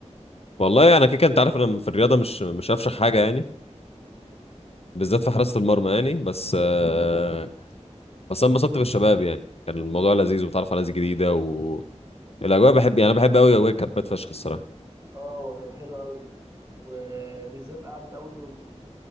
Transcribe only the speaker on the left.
والله انا كده كده انت عارف انا في الرياضه مش مش افشخ حاجه يعني
بالذات في حراسه المرمى يعني بس آه بس انا انبسطت بالشباب يعني كان الموضوع لذيذ وتعرف على ناس جديده و الاجواء بحب يعني انا بحب قوي اجواء الكامبات فشخ الصراحه